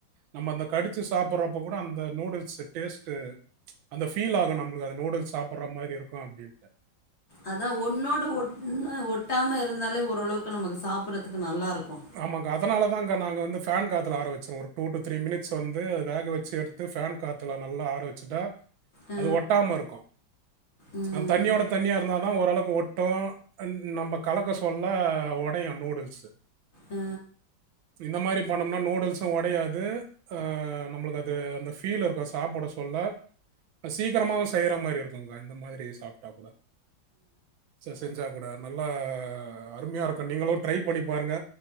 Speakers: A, on the right (about 80°); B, on the left (about 40°).
A: நம்ம அந்த கடிச்சி சாப்புடறப்போ கூட அந்த நூடுல்ஸ் டேஸ்ட்டு அந்த ஃபீல் ஆகு நம்பளுக்கு அது நூடுல்ஸ் சாப்பிட்ற மாரி இருக்கு அப்டின்ட்டு
B: அதா ஒன்னோடு ஒட்ன்னு ஒட்டாம இருந்தாலே ஓரளவுக்கு நமக்கு சாப்புறதுக்கு நல்லாருக்கு
A: ஆமாங்கா அதனால தாங்க நாங்க வந்து ஃபேன் காத்துல ஆர வெச்சிருவோ ஒரு டு, த்ரீ மினிட்ஸ் வந்து வேக வெச்சு எடுத் து ஃபேன் காத்துல நல்லா ஆர வெச்சுட்டா
B: ஆ,
A: அது ஒட்டாம இருக்கு
B: ம்,
A: அந் தண்ணியோட தண்ணியா இருந்தா தா ஓரளவுக்கு ஒட்டு அ ன் நம்ப கலக்க சொல்ல ஒடையு நூடுல்ஸு
B: ஆ
A: இந்த மாரி பண்ணம்னா நூடுல்ஸு ஒடையாது ஆ நம்பளுக்கு அது அந்த ஃபீல் இருக்கு சாப்பிட சொல்ல சீக்கிரமாவு செய்ற மாரி இருக்குங்க்கா இந்த மாதிரி சாப்ட்டா கூட செ செஞ்சா கூட நல்லா அருமையாருக்கு நீங்களு ட்ரை பண்ணி பாருங்க